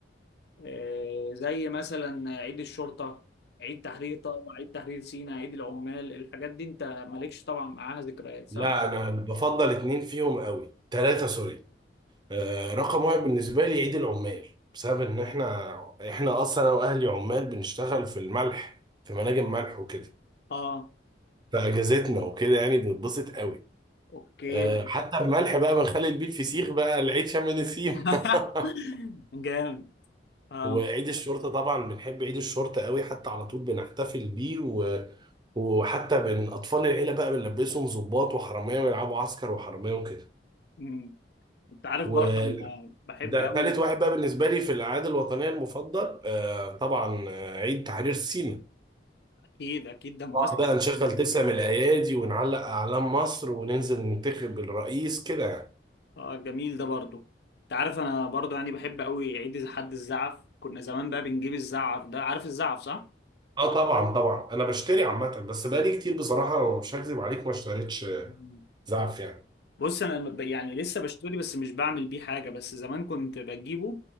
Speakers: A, on the left; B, on the right.
A: آه، زي مثلا عيد الشرطه عيد تحرير طبعا عيد تحرير سيناء عيد العمال الحاجات دي انت مالكش طبعا معاها ذكريات صح؟
B: لا انا بفضل اتنين فيهم قوي تلاتة سوري آه رقم واحد بالنسبة لي عيد العمال بسبب ان احنا احنا اصلا انا واهلي عمال بنشتغل في الملح في مناجم ملح وكده
A: اه
B: فاجازتنا وكده يعني بنتبسط قوي
A: اوكي
B: آه حتى الملح بقى بنخلي بيه الفسيخ بقى العيد شم نسيم
A: <laughs>
B: <laughs>
A: جامد اه
B: وعيد الشرطة طبعا بنحب عيد الشرطة قوي حتى على طول بنحتفل بيه و... وحتى بين أطفال العيلة بقى بنلبسهم ضباط وحرامية ويلعبوا عسكر وحرامية وكده
A: أمم. انت عارف
B: وال-
A: برضه انا بحب
B: ده
A: قوي
B: تالت واحد بقى بالنسبة لي في الأعياد الوطنية المفضل آه طبعا آه، عيد تحرير سيناء
A: اكيد اكيد ده مؤثر
B: نقعد بقى
A: جدا
B: نشغل تسع من الأيادي ونعلق أعلام مصر وننزل ننتخب الرئيس كده يعني
A: اه جميل ده برضو انت عارف انا برضو يعني بحب قوي عيد إذا حد الزعف كنا زمان بقى بنجيب الزعف ده عارف الزعف صح
B: اه طبعا طبعا أنا بشتري عامة بس بقالي كتير بصراحة مش هكذب عليك ما اشتريتش
A: مم.
B: زعف يعني
A: بص انا لما ب- يعني لسه بشتري بس مش بعمل بيه حاجه بس زمان كنت بجيبه